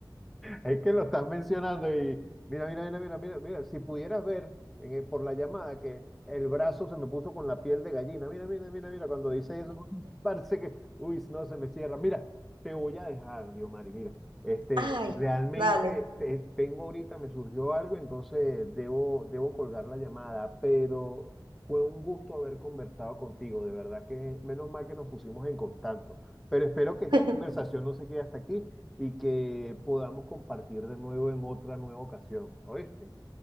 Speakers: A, in the centre; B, on the right.
A: Es que lo estás mencionando y mira, mira, mira, mira, mira, mira, si pudieras ver en el- por la llamada que el brazo se me puso con la piel de gallina. Mira, mira, mira, mira, cuando dices eso, <laughs> uy, parece que, uy, no se me cierra. Mira, te voy a dejar, Diomari, mira, este,
B: Ay,
A: realmente
B: dale,
A: te- tengo ahorita, me surgió algo, entonces debo, debo colgar la llamada, pero fue un gusto haber conversado contigo, de verdad que menos mal que nos pusimos en contacto. Pero espero que esta
B: <laughs>
A: conversación no se quede hasta aquí y que podamos compartir de nuevo en otra nueva ocasión, ¿oíste?